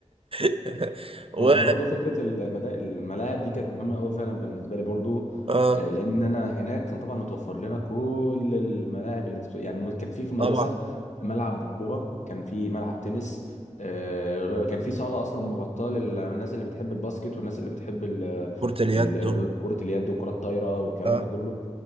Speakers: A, on the right; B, on the left.
A: <laughs> و
B: هو احنا برضو فكره المدا... الملاعب دي كانت مهمه قوي فعلا بالنسبه لي برضو
A: اه
B: آه، لان انا هناك كان طبعا متوفر لنا كل الملاعب اللي بت... يعني كان في في المدرسه
A: طبعا
B: ملعب كوره كان في ملعب تنس آه، كان في صاله اصلا مغطاه للناس اللي بتحب الباسكت والناس اللي بتحب ال...
A: كره اليد
B: ال...
A: و-
B: كره اليد وكره الطايره والكلام
A: اه
B: ده كله